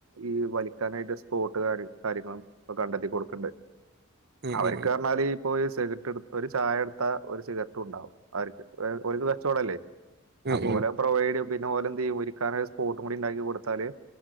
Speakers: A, on the right; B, on the right.
A: ഈ വലിക്കാനായിട്ട് സ്പോട്ട് കാര്യ കാര്യങ്ങളും ഇപ്പ കണ്ടെത്തി കൊട്ക്ക്ണ്ട്.
B: ഉം
A: അവർക്ക്
B: ഉം ഉം
A: പറഞ്ഞാല് ഇപ്പൊ സിഗരറ്റ് എട് ഒരു ചായ എടുത്താ ഒര് സിഗരറ്റുണ്ടാവും അവർക്ക് ഒ ഓര്ക്ക് കച്ചോടല്ലേ
B: ഉം
A: അപ്പൊ
B: ഉം
A: ഓലെ പ്രൊവൈഡെയ്യും പിന്നെ ഓലെന്തെയ്യും ഇരിക്കാനൊരു സ്പോട്ടും കൂടി ഇണ്ടാക്കി കൊടുത്താല്